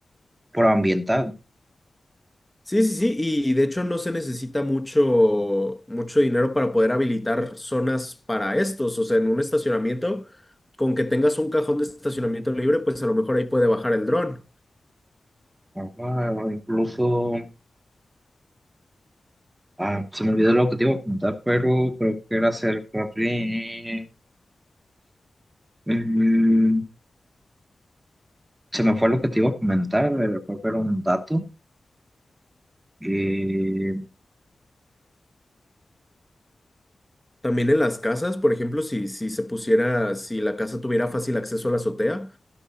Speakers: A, on the right (about 20°); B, in the centre.
A: proambiental.
B: Sí, sí, sí, y de hecho no se necesita mucho, mucho dinero para poder habilitar zonas para estos, o sea, en un estacionamiento, con que tengas un cajón de estacionamiento libre, pues a lo mejor ahí puede bajar el dron.
A: Ajá, o incluso, ah, se me olvidó lo que te iba a comentar, pero creo que era acerca de... mm, se me fue lo que te iba a comentar, eh, creo que era un dato. Eh,
B: También en las casas, por ejemplo, si, si se pusiera, si la casa tuviera fácil acceso a la azotea,